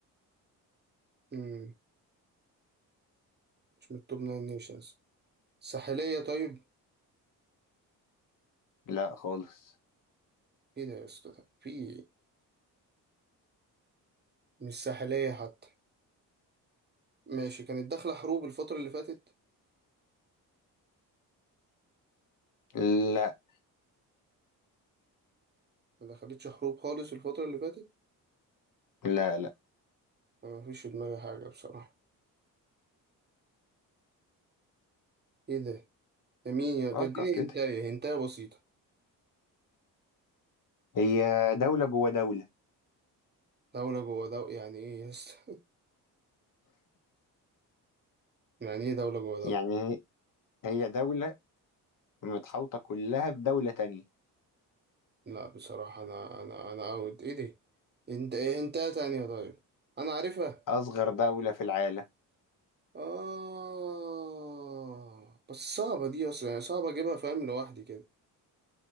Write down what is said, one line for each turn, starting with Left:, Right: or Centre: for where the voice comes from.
Right: مم. مش من التوب ناين نيشنز ساحلية طيب
Left: لا خالص
Right: ايه ده يا اسطى ده؟ في إيه؟ مش ساحلية حتى ماشي كانت داخلة حروب الفترة اللي فاتت
Left: لا
Right: ما دخلتش حروب خالص الفترة اللي فاتت
Left: لا لا
Right: أنا مفيش في دماغي حاجة بصراحة ايه ده ده مين يا
Left: فكر
Right: ده اديني
Left: كده
Right: هنتاية هنتاية بسيطة
Left: هي دولة جوه دولة
Right: دولة جوه دولة يعني ايه يا اسطى <laughs> يعني ايه دولة جوه دولة
Left: يعني هي هي دولة متحوطة كلها بدولة تانية
Right: لا بصراحة انا انا انا اوت ايه دي انت ايه هنتاية تانية طيب انا عارفها
Left: أصغر دولة في العالم
Right: آه بس صعبة دي أصلا يعني صعب أجيبها فاهم لوحدي كده